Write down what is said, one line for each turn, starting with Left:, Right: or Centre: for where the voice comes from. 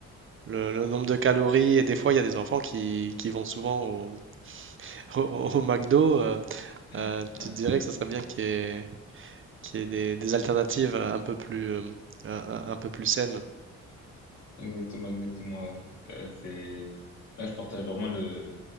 Right: le, le nombre de calories et des fois il y a des enfants qui, qui vont souvent au, <laughs> au, au McDo.
Left: <laughs>
Right: euh, euh,
Left: Ouais.
Right: tu te dirais que ça serait bien qu'il y ait, qu'il y ait des, des alternatives un peu plus, euh, un un- un peu plus saines.
Left: Exactement, exactement, ouais. Euh, c'est, là, je partage vraiment le,